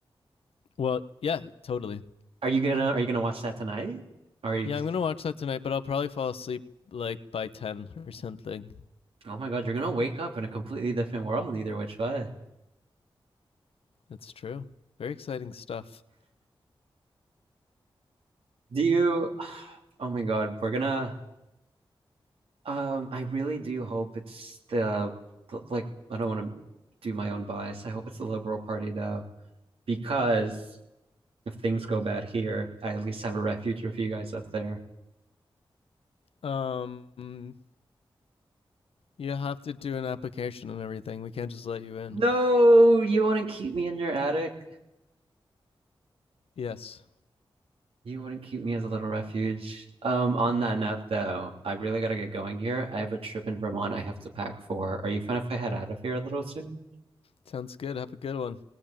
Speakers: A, on the left; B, on the right.
A: Well, yeah, totally.
B: Are you gonna are you gonna watch that tonight? Are you
A: Yeah, I'm gonna watch that tonight, but I'll probably fall asleep like by ten or something.
B: Oh my God, you're gonna wake up in a completely different world either which way.
A: That's true. Very exciting stuff.
B: Do you, oh my God, we're gonna, Um, I really do hope it's the, the like I don't want to do my own bias. I hope it's the Liberal Party though, because if things go bad here, I at least have a refuge with you guys up there.
A: Um, you have to do an application and everything. We can't just let you in.
B: No, you wouldn't keep me in your attic.
A: Yes,
B: You wouldn't keep me as a little refuge. Um, on that note though, I really gotta get going here. I have a trip in Vermont I have to pack for. Are you fine if I head out of here a little soon?
A: sounds good. Have a good one.